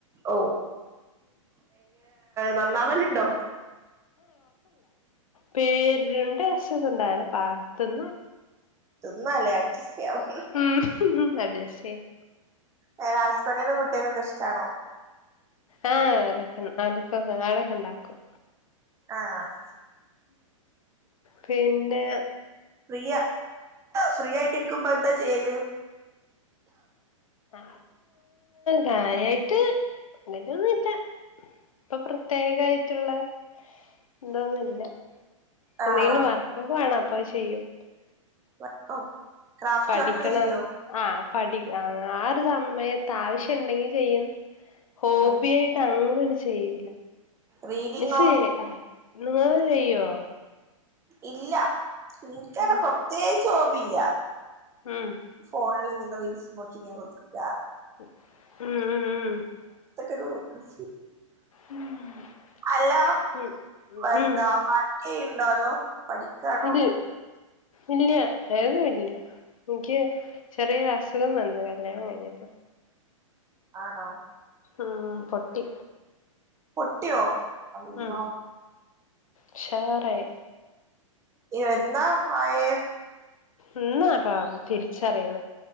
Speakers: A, on the right (about 15°); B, on the left (about 85°).
A: ഓ നന്നാവല്ലണ്ടോ
B: പേരുണ്ട്ഷ്ട് ഇണ്ടല്ല പാ തിന്ന
A: ന്നല്ലേ അഡ്ജസ്റ്റ് ചെയ്യാം
B: ഉം അഡ്ജസ്റ്റ് ചെയ്യാം
A: എന്റെറെ ഹസ്ബൻറിും കുട്ടികക്കൊക്കെ ഇഷ്ടാണോ
B: ആഹലക്കലക്ക ആടൊക്കെ ഇണ്ടാക്കും
A: ആഹ്
B: പിന്നെ
A: ഫീ ഫ്രീ ആയിട്ടിരിക്കുമ്പോ എന്താ ചെയ്യല്
B: ആ കാര്യായിട്ട് അങ്ങനനൊന്നുംല്ല ഇപ്പൊ പ്രത്യേക ആയിട്ടുള്ള- എന്തൊന്നുമല്ല എന്തെങ്കിലും
A: ആഹ്
B: വർക്കൊക്കെ വേണം അപ്പൊ ചെയ്യും
A: വർക്കും ക്രാഫ്റ്റ്
B: പഠിക്കണ
A: വർക്കൊക്കെ ചെയ്യോ
B: ആഹ പഠിക്ക ആ ഒരു സമയത്ത് ആവശ്യണ്ടെങ്കി ചെയ്യും ഹോബി
A: ഉം
B: ആയിട്ട് അങ്ങനെയൊന്ന ചെയ്യില്ല
A: റീഡിങ്ങോ
B: മിസ് ചെയ്യണ്ട നിങ്ങള് ചെയ്യോ
A: ഇല്ല നിനിക്കടെ
B: ഉം
A: പ്രത്യേകിച്ച് ഓവില്ല
B: ഉം
A: ഫോണില് ഇങ്ങനെ റീൽസ് നോക്കിങ്ങാ കൊടുത്തിക്ക
B: ഉം ഉം ഉം
A: തക്കൂ <unintelligible>
B: ഉം <unintelligible>
A: അല്ല
B: ഉം
A: എന്താ
B: ഉം
A: വർക്ക് ചെയ്യുന്നുണ്ടോ അതോ പഠിക്കാണോ
B: ഇല്ല ഇല്ല ഏക ഇല്ല <unintelligible> എനിക്ക് ചെറിയൊരു അസുഖം വന്നു കല്യാണം കഴിഞ്ഞപ്പ-
A: ആണോ
B: ആഹ പൊട്ടി
A: പൊട്ടിയോ അല്ലാ
B: ഉം ഉഷാറായി
A: എന്നാ മായേ
B: ഇന്നാപ്പാ തിരിച്ചറിയണ